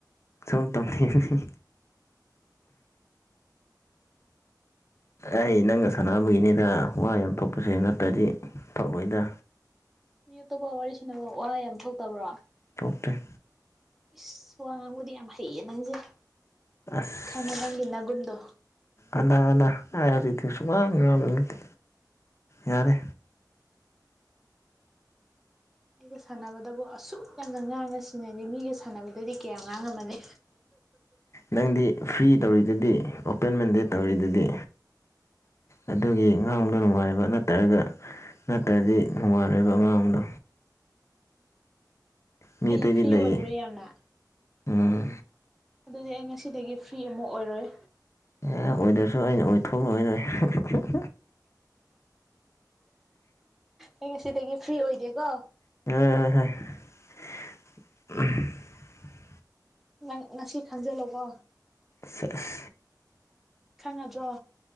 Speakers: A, on the left (about 40°); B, in the centre.
A: ꯁꯨꯝ ꯇꯨꯝꯅꯤꯡꯕꯩ ꯑꯩ ꯅꯪꯒ ꯁꯥꯟꯅꯕꯒꯤꯅꯤꯗ ꯋꯥ ꯌꯥꯝ ꯊꯣꯛꯄꯁꯦ ꯅꯠꯇ꯭ꯔꯗꯤ ꯊ‌ꯣꯛꯂꯣꯏꯗ
B: ꯃꯤ ꯑꯇꯣꯞꯄ ꯋꯥꯔꯤ ꯁꯥꯅꯕ ꯋꯥ ꯌꯥꯝ ꯊꯣꯛꯇꯕ꯭ꯔꯣ
A: ꯊꯣꯛꯇꯦ
B: ꯑꯁ ꯋꯥ ꯉꯥꯡꯕꯨꯗꯤ ꯌꯥꯝ ꯍꯩꯌꯦ ꯅꯪꯁꯦ
A: ꯑꯁ
B: ꯈꯪꯉꯦ ꯅꯪꯒꯤ ꯅꯒꯨꯟꯗꯣ
A: ꯑꯅꯥ ꯑꯅꯥ ꯑꯩ ꯍꯧꯖꯤꯛꯇꯤ ꯁꯨꯉꯥꯡ <unintelligible> ꯉꯥꯡꯕ ꯌꯥꯔꯦ
B: ꯑꯩꯒ ꯁꯥꯟꯅꯕꯗꯕꯨ ꯑꯁꯨꯛ ꯌꯥꯝꯅ ꯉꯥꯡꯅ ꯁꯤꯅꯗꯤ ꯃꯤꯒ ꯁꯥꯟꯅꯕꯗꯗꯤ ꯀꯌꯥꯝ ꯉꯥꯡꯉꯝꯃꯅꯤ
A: ꯅꯪꯗꯤ ꯐ꯭ꯔꯤ ꯇꯧꯔꯤꯗꯨꯗꯤ ꯑꯣꯄꯦꯟ ꯃꯟꯗꯦ ꯇꯧꯔꯤꯗꯨꯗꯤ ꯑꯗꯨꯒꯤ ꯉꯥꯡꯕꯗ ꯅꯨꯡꯉꯥꯏꯕ ꯅꯠꯇ꯭ꯔꯒ ꯅꯠꯇ꯭ꯔꯗꯤ ꯅꯨꯡꯉꯥꯏꯔ‌ꯣꯏꯕ ꯑꯉꯥꯡꯗꯣ ꯃꯤ
B: ꯑꯩꯩ
A: ꯑꯇꯩꯗꯤ
B: ꯐ꯭ꯔꯤ
A: ꯂꯩ
B: ꯑꯣꯏꯕ꯭ꯔꯣ ꯌꯥꯝꯅ
A: ꯎꯝ
B: ꯑꯗꯨꯗꯤ ꯑꯩ ꯉꯁꯤꯗꯒꯤ ꯐ꯭ꯔꯤ ꯑꯃꯨꯛ ꯑꯣꯏꯔꯣꯏ
A: ꯑꯦ ꯑꯣꯏꯗ꯭ꯔꯁꯨ ꯑꯩꯅ ꯑꯣꯏꯊꯣꯛꯂ ꯂ‌ꯣꯏꯔ‌ꯦ
B: ꯑꯩ ꯉꯁꯤꯗꯒꯤ ꯐ꯭ꯔꯤ ꯑꯣꯏꯗꯦꯀꯣ
A: <unintelligible>
B: ꯅꯪ ꯉꯁꯤ ꯈꯪꯖꯜꯂꯣꯀꯣ
A: <unintelligible>
B: ꯈꯪꯉꯗ꯭ꯔꯣ